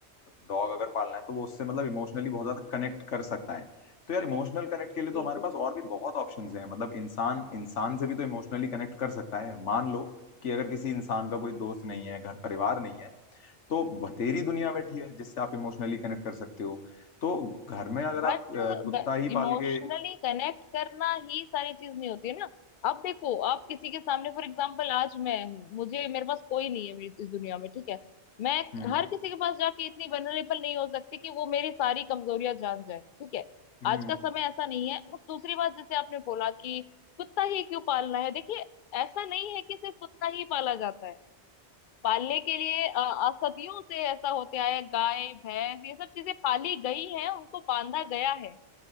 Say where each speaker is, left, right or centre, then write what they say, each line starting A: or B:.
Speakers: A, on the left (about 85°); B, on the left (about 55°).
A: डॉग अगर पालना है तो वो उससे मतलब इमोशनली बहुत ज्यादा कनेक्ट कर सकता है तो यार इमोशनल कनेक्ट के लिए तो
B: बिल्कुल
A: हमारे पास और भी बहुत ऑप्शंस हैं मतलब इंसान इंसान से भी तो इमोशनली कनेक्ट कर सकता है मान लो कि अगर किसी इंसान का कोई दोस्त नहीं है घर परिवार नहीं है तो बतेरी दुनिया बैठी है जिससे आप इमोशनली कनेक्ट कर सकते हो तो घर में अगर आप
B: बट
A: अ, कुत्ता ही
B: इमोशनली
A: पाल के
B: कनेक्ट करना ही सारी चीज नहीं होती है ना अब देखो आप किसी के सामने फॉर एग्जांपल आज मैं हूँ मुझे मेरे पास कोई नहीं है मेरी इस दुनिया में ठीक है मैं
A: हम्म
B: हर किसी के पास जाके इतनी वनरेबल नहीं हो सकती कि वो मेरी सारी कमजोरियां जान जाए ठीक है
A: हम्म
B: आज का समय ऐसा नहीं है और दूसरी बात जैसे आपने बोला कि कुत्ता ही क्यों पालना है देखिए ऐसा नहीं है कि सिर्फ कुत्ता ही पाला जाता है पालने के लिए अ, अ, सदियों से ऐसा होते आया है गाय भैंस ये सब चीजें पाली गई हैं उनको बांधा गया है